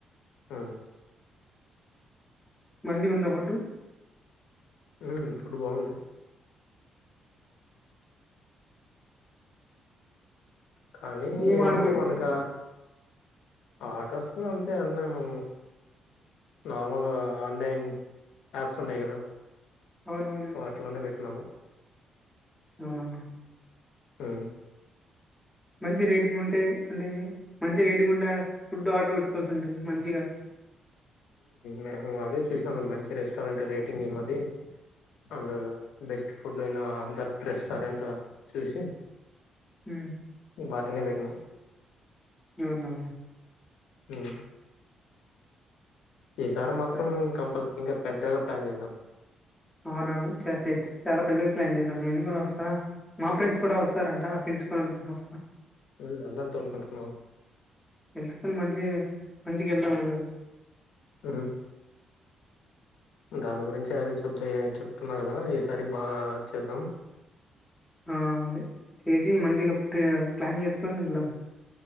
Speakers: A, on the left; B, in the centre.
A: ఆ
B: మంచిగా ఉందా ఫుడ్డు
A: మ్మ్ ఫుడ్ బాగుంది కానీ
B: ఏం
A: ఏమంటే
B: ఆర్డర్ పెట్టు
A: మనక ఆర్టర్స్ కూడా అంతే అన్నాయి మ నార్మల్ ఆన్లైన్ యాప్స్ ఉన్నాయి కదా
B: అవునవును
A: వాటిలోనే పెట్టినాము
B: అవునా
A: ఉమ్
B: మంచి రేటింగ్ ఉంటే అంటే మంచి రేటుంగ్ ఉండ ఫుడ్ ఆర్డర్ పెట్టుకోవాల్సి ఉంటుంది మంచిగా
A: మేము అదే చూసినాం మంచి రెస్టారెంట్ రేటింగ్ ఏమది అండ్ బెస్ట్ ఫుడ్ అయిన దట్ రెస్టారెంట్ చూసి
B: హ్మ్.
A: వాటినే పెట్నా
B: అవున
A: ఉమ్ ఈసారి మాత్రం
B: సరే
A: కంపల్సరీ ఇంకా పెద్దగా ప్లాన్ చేద్దాం
B: అవునవును చెప్పే చాలా పెద్దగా ప్లాన్ చేద్దాం నేను కూడా వస్తా మా ఫ్రెండ్స్ కూడా వస్తారంట పిలుచుకొని వస్తా
A: హ్మ్మ్ అందరినీ తొలుకొంట ఉందాము
B: నిెలుచుకొని మంచి మంచికి వెళ్దాం అందరు
A: హ్మ్మ్ దాని గురించి అదే చెబద్దా చెప్తున్నా కదా ఈసారి బాగా చేద్దాం
B: ఆ అదే చేసి మంచిగా ప్లాన్ చేసుకోని వెళ్దాం